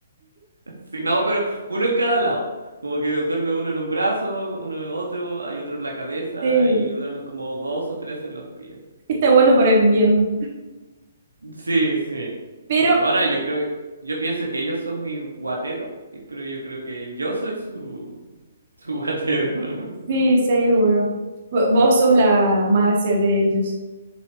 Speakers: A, on the right; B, on the right.
A: <laughs> Si no, pero uno en cada lado. Como que duerme uno en un brazo, uno en otro, hay otro en la cabeza
B: Sí,
A: y duermen como dos o tres en los pies.
B: está bueno para el invierno.
A: Sí, sí,
B: Pero
A: sí. Ahora yo creo, yo pienso que ellos son mi guatero, y- pero yo creo que yo soy su, su guatero, <laughs> en verdad.
B: Sí, seguro. Vo- Vos sos la Marcia de ellos.